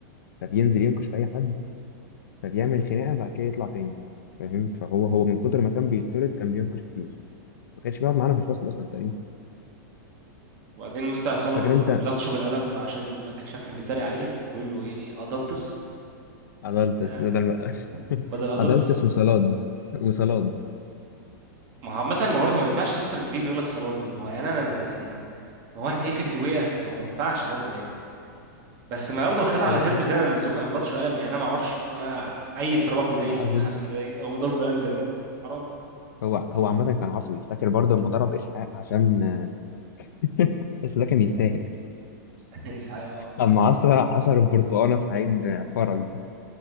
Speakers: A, on the left; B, on the right.
A: فبينزل ينكش في اي حد فبيعمل خناقه بعد كده يطلع تاني فاهم فهو هو من كتر ما كان بيطرد كان بينكش كتير ما كانش بيقعد معانا في الفصل اصلا تقريبا
B: وبعدين مستر عصام لما
A: فاكر انت
B: لما لطشه بالقلم عشان كان شايف كان بيتريق عليه كان بيقول له ايه ادلتس
A: ادلتس
B: آه
A: بدل ما <laughs>
B: بدل ادلتس
A: ادلتس وصلاد وصلاد
B: ما هو عامة ما برضه ما ينفعش مستر انجليزي يقول لك صالات دي ما هو يعني انا من- يعني ما هو احنا ايه في الدويقة ما هو ما ينفعش برضه يعني بس ما برضه خدها على
A: هو
B: صدره
A: الر-
B: زي اللزوم قام لطش قلم يعني انا ما اعرفش انا عيل في رابعة ابتدائي
A: عازل
B: ولا خمسة ابتدائي اقوم ضرب بقلم زي ده حرام
A: هو هو عامة كان عصبي فاكر برضه لما ضرب اسحاق عشان <laughs> بس ده كان يستاهل
B: <laughs> اسعاف اه
A: اما عصر عصر البرتقانه في عين فرج